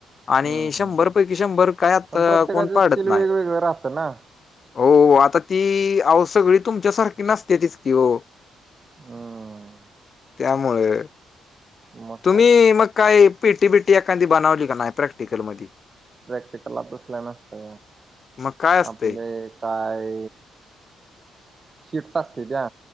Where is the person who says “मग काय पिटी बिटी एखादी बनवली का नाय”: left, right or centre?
Left